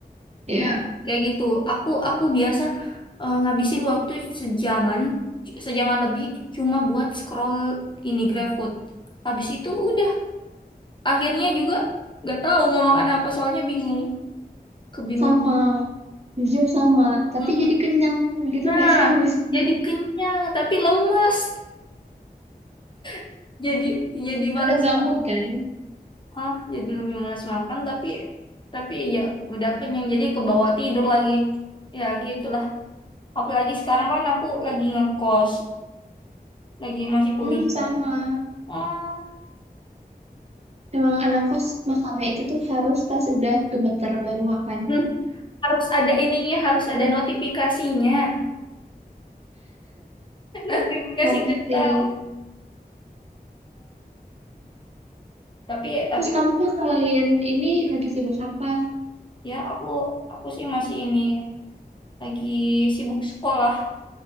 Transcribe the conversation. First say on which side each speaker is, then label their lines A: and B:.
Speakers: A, on the right; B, on the left.
A: Iya,
B: Nah kayak gitu. Aku aku biasa eh, ngabisin waktu sejaman, sejaman lebih cuma buat scroll ini GrabFood. Habis itu udah. akhirnya juga nggak tahu mau makan apa soalnya bingung kebingung
A: sama, jujur sama. Tapi
B: Mm.
A: jadi kenyang gitu
B: nah
A: nggak sih habis ini?
B: jadi kenyang tapi lemas <laughs> jadi jadi malas
A: Udah nggak
B: makan
A: mood kan?
B: ah jadi lebih malas makan tapi tapi ya udah kenyang jadi kebawa tidur lagi ya gitulah apalagi sekarang kan aku lagi ngekos lagi masih kuliah
A: Hmm, sama.
B: ah
A: Emang anak kos makannya itu tuh harus pas udah gemeter baru makan.
B: hmm, harus ada ininya harus ada notifikasinya <laughs> notifikasi
A: Parah
B: getah
A: sih.
B: tapi tapi
A: Terus kamu tuh selain ini lagi sibuk apa?
B: ya aku aku sih masih ini lagi sibuk sekolah.